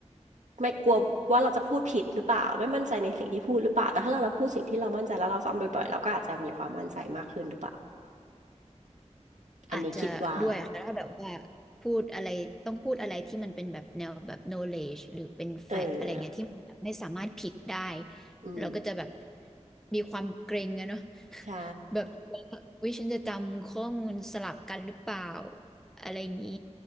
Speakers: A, on the right; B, in the centre.
A: ไม่กลัวว่าเราจะพูดผิดหรือเปล่าไม่มั่นใจในสิ่งที่พูดหรือเปล่าแต่ถ้าเราเราพูดสิ่งที่เรามั่นใจแล้วเราซ้ำบ่อยๆเราก็อาจจะมีความมั่นใจมากขึ้นหรือเปล่าอันนี้คิดว่า
B: อาจจะด้วยอะค่ะถ้าแบบว่าพูดอะไรต้องพูดอะไรที่มันเป็นแบบแนวแบบ knowledge หรือเป็น
A: เออ
B: fact อะไรเงี้ยที่มันแบบไม่สามารถผิดได้
A: อืม
B: เราก็จะแบบมีความเกรงอะเนาะ
A: ใช่
B: แบบวิฉันจะจำข้อมูลสลับกันหรือเปล่าอะไรอย่างนี้